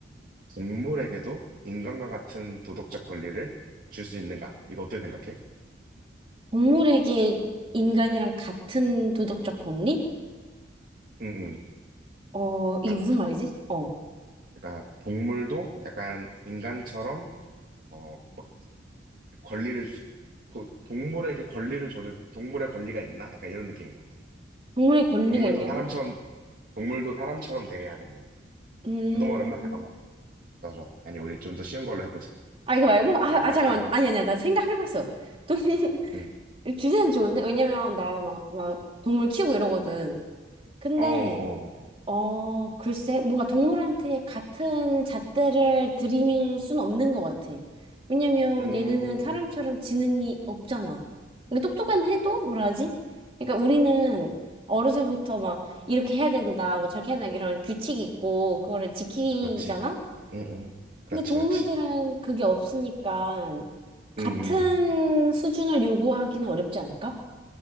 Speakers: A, on the right (about 45°); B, on the right (about 30°).
A: 동물에게도 인간과 같은 도덕적 권리를 줄 수 있는가? 이거 어떻게 생각해?
B: 동물에게 인간이랑 같은 도덕적 권리?
A: 응,
B: 어, 이게
A: 응.
B: 무슨 말이지? 어,
A: 그러니까 동물도 약간 인간처럼 어 막 권리를 주- 도- 동물에게 권리를 줘도 동물의 권리가 있나? 약간 이런 느낌인 것 같아.
B: 동물의 권리가
A: 동물도
B: 있냐고?
A: 사람처럼 동물도 사람처럼 대해야 되는 거.
B: 음,
A: 너무 어렵나? 잠깐만. 좋아 좋아. 아니 우리 좀 더 쉬운 걸로 해보자.
B: 아, 이거 말고? 아,
A: 그러면
B: 아, 잠깐만.
A: 아,
B: 아니, 아니야. 나 생각해봤어. 동물, <laughs>
A: 응.
B: 주제는 좋은데? 왜냐면 나 막, 막, 동물 키우고 이러거든. 근데,
A: 어 어.
B: 어, 글쎄, 뭔가 동물한테 같은 잣대를 들이밀 순 없는 것 같아. 왜냐면
A: 음.
B: 얘네는 사람처럼 지능이 없잖아. 근데 똑똑한 해도 뭐라 하지? 그러니까 우리는 어려서부터 막 이렇게 해야 된다, 뭐 저렇게 해야 된다, 이런 규칙이 있고, 그거를 지키잖아?
A: 그렇지. 응 응. 그렇지
B: 근데 동물들은
A: 그렇지.
B: 그게 없으니까 같은
A: 응 응.
B: 수준을 요구하기는 어렵지 않을까?